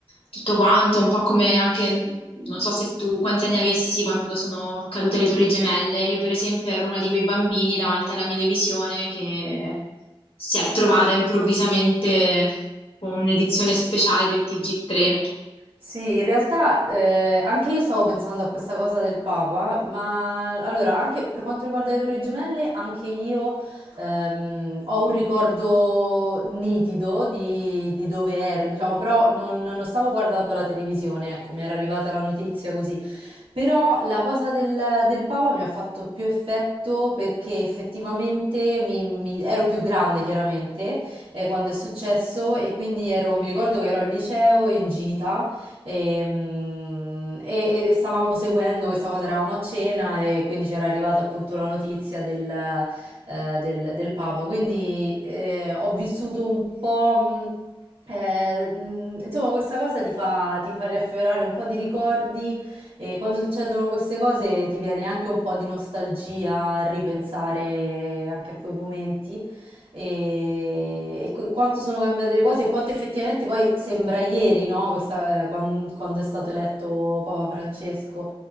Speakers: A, on the left; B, on the right.
A: tutto quanto, un po' come anche, non so se tu quanti anni avessi quando sono cadute le Torri Gemelle. Io, per esempio, ero una di quei bambini davanti alla mia televisione che si è trovata improvvisamente con un'edizione speciale del TG3.
B: Sì, in realtà eh, anche io stavo pensando a questa cosa del Papa, ma allora, anche per quanto riguarda le Torri Gemelle, anche io ehm, ho un ricordo nitido di, di dove ero, diciamo, però non, non stavo guardando la televisione, ecco, mi era arrivata la notizia così. Però la cosa del, del Papa mi ha fatto più effetto perché effettivamente mi- mi- ero più grande, chiaramente, eh, quando è successo e quindi ero, mi ricordo che ero al liceo in gita e, mm, e- e stavamo seguendo questa cosa, eravamo a cena e quindi c'era arrivata appunto la notizia del, eh, del- del Papa. Quindi eh, ho vissuto un po', mm, eh, mm, insomma, questa cosa ti fa, ti fa riaffiorare un po' di ricordi e quando succedono queste cose ti viene anche un po' di nostalgia a ripensare anche a quei momenti e, e qu- quanto sono cambiate le cose e quanto effettivamente poi sembra ieri, no? Questa, eh, quan- quando è stato eletto Papa Francesco,